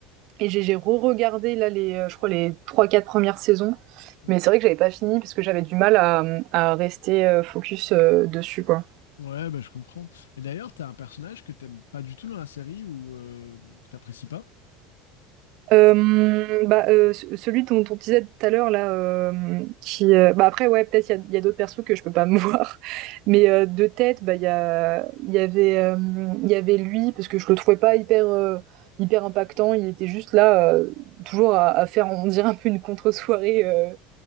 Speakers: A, on the right; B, on the left.
A: et j'ai j'ai re-regardé là les, heu, je crois les trois, quatre premières saisons,
B: Mm.
A: mais c'est vrai que j'avais pas fini parce que j'avais du mal à, mmh, à rester, heu, focus, heu, dessus, quoi.
B: Ouais, bah, je comprends. Et d'ailleurs, t'as un personnage que t'aimes pas du tout dans la série ou euh, que t'apprécies pas.
A: Euh, bah, euh, ce- celui dont on disait tout à l'heure là, euh, qui euh, bah après ouais peut-être il y a, il y a d'autres persos que je peux pas me <laughs> voir, mais euh, de tête bah il y a il y avait euh, il y avait lui parce que je le trouvais pas hyper euh, hyper impactant, il était juste là euh, toujours à, à faire on dirait un peu une contre-soirée euh,